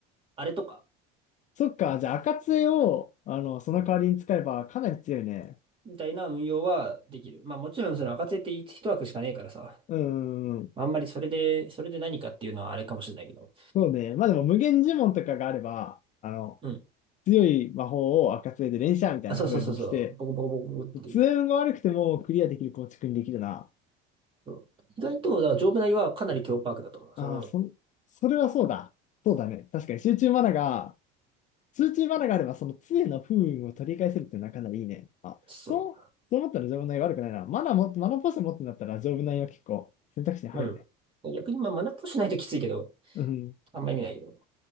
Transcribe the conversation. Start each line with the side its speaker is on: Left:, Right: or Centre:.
Right: あれとか、
Left: そっか、じゃあ、赤杖を、あの、その代わりに使えばかなり強いね。
Right: うん。みたいな運用はできる。まあもちろんその赤杖って一枠しかねえからさ、
Left: うん、うん
Right: まあんまりそれで、それで何かっていうのはあれかもしれないけど。
Left: そうね。まあでも、無限呪文とかがあれば、あの、
Right: うん。
Left: 強い魔法を赤杖で連射みたいな風にして、
Right: あ、そうそうそうそう。ボコボコボコボコってできる。
Left: 通運が悪くてもクリアできる構築にできるな。
Right: そう意外と、だから丈夫な胃はかなり強パークだと思う。
Left: ああ、
Right: その、
Left: そ、それはそうだ。そうだね。確かに集中マナが、集中マナがあればその杖の不運を取り返せるってなかなかいいね。あ、
Right: そ
Left: そう、そう思ったら丈夫な悪くないな。マナも、マナポーション持ってんだったら丈夫なは結構選択肢に入るね。
Right: う。うん。逆にまあマナーとしないときついけど、
Left: うん。
Right: あんま意味ないけど。